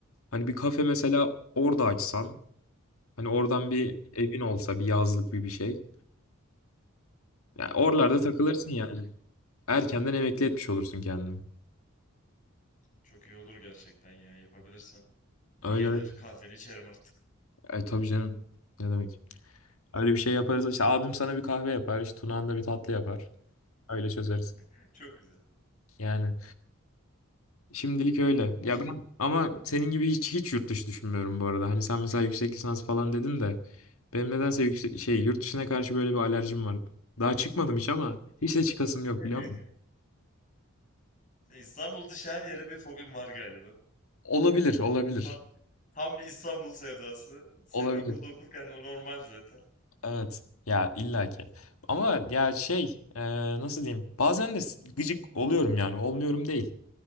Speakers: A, on the left (about 85°); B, on the left (about 40°).
A: Hani bir kafe mesela orada açsan. Hani oradan bir evin olsa bir yazlık bir bir şey. Ya oralarda
B: Çok
A: takılırsın
B: güzel olur
A: yani.
B: gerçekten.
A: Erkenden emekli etmiş olursun kendini.
B: Çok iyi olur gerçekten ya yapabilirsen. Bir
A: Öyle
B: gelir
A: öyle.
B: kahveni içerim artık.
A: E, tabii canım. Ne demek? Öyle bir şey yaparız. İşte abim sana bir kahve yapar. İşte Tunağan da bir tatlı yapar. Öyle çözeriz.
B: <laughs> Çok güzel.
A: Yani şimdilik öyle.
B: Başka
A: Ya ben ama senin gibi hiç hiç yurt dışı düşünmüyorum bu arada. Hani sen mesela yüksek lisans falan dedin de benim nedense yüksek, şey yurt dışına karşı böyle bir alerjim var. Daha çıkmadım hiç ama hiç de çıkasım yok
B: <laughs>
A: biliyor musun?
B: Sen İstanbul dışı her yere bir fobim var galiba.
A: Olabilir, olabilir.
B: Tam tam bir İstanbul sevdası. Senin
A: Olabilir.
B: okulda okurken o normal zaten.
A: <laughs> Evet. Ya illaki. Ama ya şey e, nasıl diyeyim? Bazen de gıcık oluyorum yani. Olmuyorum değil.